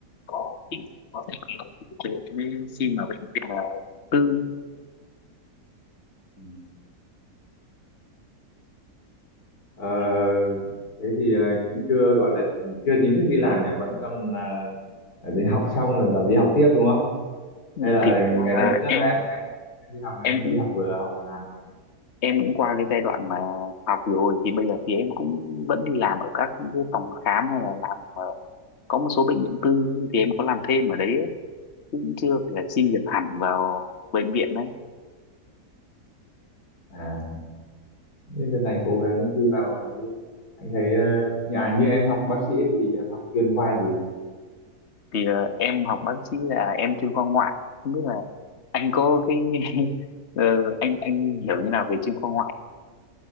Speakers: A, on the left; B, on the left.
A: có thì có thể nghĩ thế nên khi mà bệnh viện là tư
B: Ừ. Ờ, thế thì là cũng chưa gọi là chưa chính thức đi làm nhỉ, vẫn còn ờ, đi học xong rồi làm đi học tiếp đúng không?
A: ừ,
B: Hay là
A: thì thực
B: ngày
A: ra là
B: đợt trước
A: em
B: là em em em đi học em
A: em cũng
B: đi học vừa học vừa làm rồi.
A: em cũng qua cái giai đoạn mà học rồi thì bây giờ thì em cũng vẫn đi làm ở các cái phòng khám hay là làm ở, có một số bệnh viện tư thì em có làm thêm ở đấy ấy, cũng chưa phải là xin việc hẳn vào bệnh viện đấy
B: À, nên đợt này cố gắng thi vào anh thấy ờ, như- à, như em học bác sĩ thì em học chuyên khoa gì?
A: thì ờ, em học bác sĩ là em chuyên khoa ngoại không biết là anh có cái <laughs> ờ, anh anh hiểu như nào về chuyên khoa ngoại